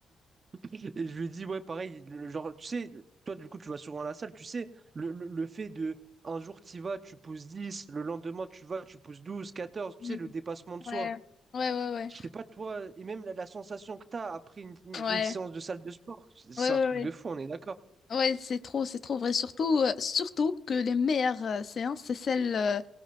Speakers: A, on the right; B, on the left.
A: Et je lui ai dit, ouais, pareil, le- le genre, tu sais, toi, du coup, tu vas souvent à la salle, tu sais, le, le, le fait de, un jour, tu vas, tu pousses 10, le lendemain, tu vas, tu pousses 12, 14. tu
B: Mm.
A: sais, le dépassement de soi.
B: Ouais, ouais, ouais, ouais,
A: Je sais pas toi, et même la, la sensation que tu as après une, une-
B: ouais, ouais,
A: une séance de salle de sport, c'est c'est
B: ouais,
A: un truc
B: ouais.
A: de fou, on est d'accord.
B: Ouais, c'est trop, c'est trop vrai. Surtout, euh, surtout que les meilleures euh, séances, c'est celles euh,